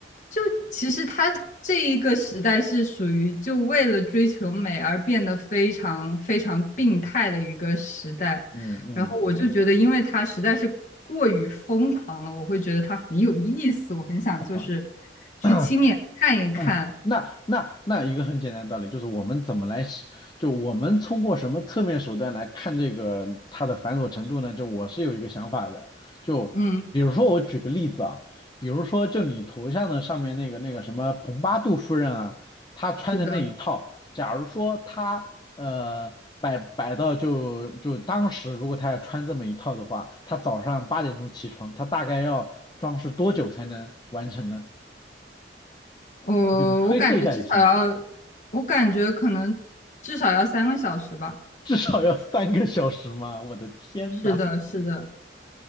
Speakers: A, on the left (about 45°); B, on the left (about 25°).
A: 就其实他这一个时代是属于就为了追求美而变得非常非常病态的一个时代，
B: 嗯嗯，
A: 然后我就觉得，因为他实在是过于疯狂了，我会觉得他很有意思，我很想就是
B: 好吧。
A: 去亲眼看一看。
B: <clears throat> 嗯，那那那一个很简单的道理就是我们怎么来喜就我们通过什么侧面手段来看这个它的繁琐程度呢？就我是有一个想法的，就比如说我举个例子啊，
A: 嗯，
B: 比如说就你头像的上面那个那个什么蓬巴杜夫人啊，她穿的那一套，
A: 是的，
B: 假如说她呃摆摆到就就当时如果她要穿这么一套的话，她早上八点钟起床，她大概要装饰多久才能完成呢？
A: 我
B: 就你推测一下也行。
A: 我感觉至少要，我感觉可能至少要三个小时吧。
B: 至少要三个小时吗？我的天呐，
A: 是的，是的。